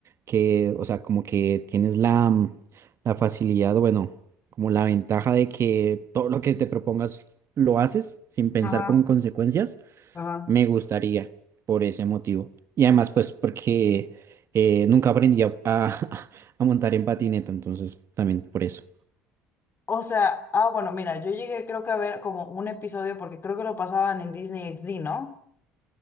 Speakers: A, on the right; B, on the left.
A: que, o sea, como que tienes la, mm, la facilidad, o bueno, como la ventaja de que todo lo que te propongas lo haces sin pensar
B: Ajá,
A: como en consecuencias.
B: ajá.
A: Me gustaría por ese motivo. Y además, pues porque eh, nunca aprendí a, a- <laughs> a montar en patineta, entonces también por eso.
B: O sea, ah, bueno, mira, yo llegué creo que a ver como un episodio porque creo que lo pasaban en Disney XD, ¿no?